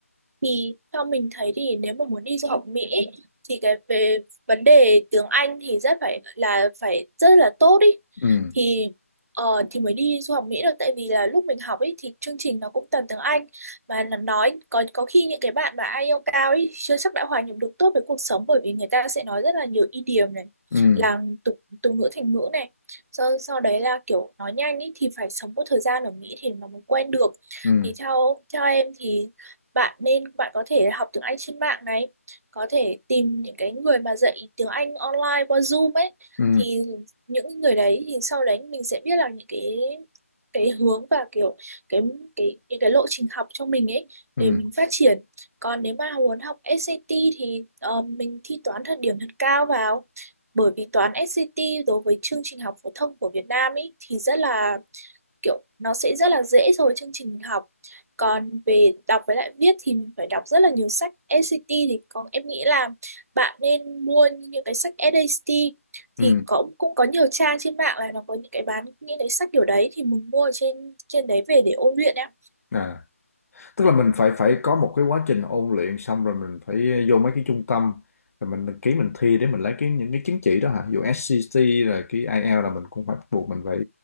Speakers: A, on the right (about 75°); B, on the left (about 70°).
A: thì theo mình thấy thì nếu mà muốn đi du học Mỹ ấy, thì cái về vấn đề tiếng Anh thì rất phải là phải rất là tốt ý
B: ừ
A: thì ờ, thì mới đi du học Mỹ được tại vì là lúc mình học ấy thì chương trình nó cũng toàn tiếng Anh và nó nói có có khi những cái bạn mà IELTS cao ấy chưa chắc đã hòa nhập được tốt với cuộc sống bởi vì người ta sẽ nói rất là nhiều idiom này
B: ừ
A: là tục tục ngữ thành ngữ này sau sau đấy là kiểu nói nhanh ấy thì phải sống một thời gian ở Mỹ thì nó mới quen được
B: ừ
A: thì theo theo em thì bạn nên bạn có thể học tiếng Anh trên mạng này có thể tìm những cái người mà dạy tiếng Anh online qua Zoom ấy
B: ừ
A: thì những người đấy thì sau đấy mình sẽ biết là những cái cái hướng và kiểu cái cái những cái lộ trình học cho mình ấy
B: ừ
A: để mình phát triển còn nếu mà muốn học SAT thì ờ, mình thi toán thật điểm thật cao vào bởi vì toán SAT đối với chương trình học phổ thông của Việt Nam ấy thì rất là kiểu nó sẽ rất là dễ so với chương trình mình học còn về đọc với lại viết thì mình phải đọc rất là nhiều sách SAT thì còn em nghĩ là bạn nên mua những cái sách SAT thì
B: ừ
A: có cũng có nhiều trang trên mạng là nó có những cái bán những cái sách kiểu đấy thì mình mua trên trên đấy về để ôn luyện em
B: à tức là mình phải phải có một cái quá trình ôn luyện xong rồi mình phải vô mấy cái trung tâm rồi mình ký mình thi để mình lấy cái những cái chứng chỉ đó hả dù SCT rồi cái IELTS là mình cũng phải buộc mình phải